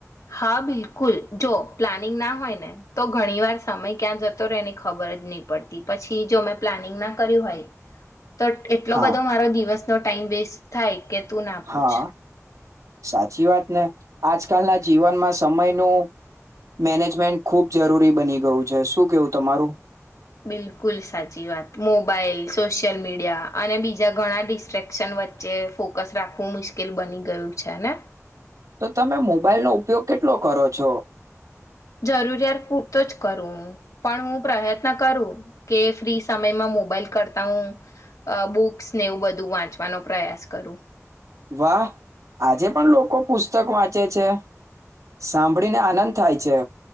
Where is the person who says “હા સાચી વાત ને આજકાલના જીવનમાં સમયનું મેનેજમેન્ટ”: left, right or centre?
Right